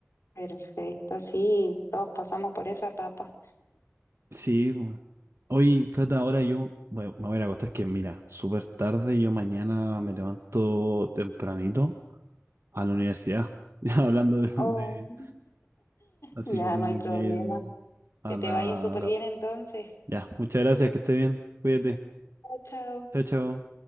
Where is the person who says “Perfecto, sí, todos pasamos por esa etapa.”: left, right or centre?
Left